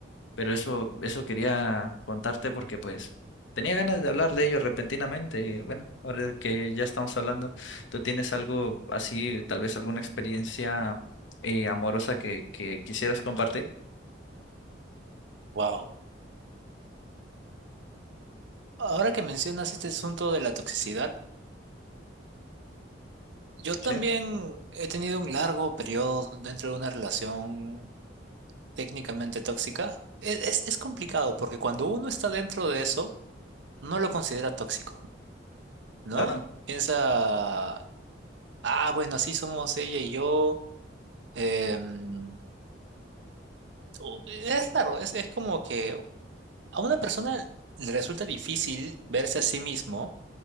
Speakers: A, on the left; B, on the right.
A: pero eso, eso quería contarte porque pues tenía ganas de hablar de ello repentinamente y bueno, ahora que ya estamos hablando, ¿tú tienes algo así, tal vez alguna experiencia eh, amorosa que, que quisieras compartir?
B: Wow. Ahora que mencionas este asunto de la toxicidad, yo también
A: Sí,
B: he tenido un largo periodo dentro de una relación técnicamente tóxica. Es, es, es complicado porque cuando uno está dentro de eso, no lo considera tóxico, ¿no?
A: claro,
B: Piensa, ah, bueno, así somos ella y yo. em, u- Es raro, es, es como que a una persona le resulta difícil verse a sí mismo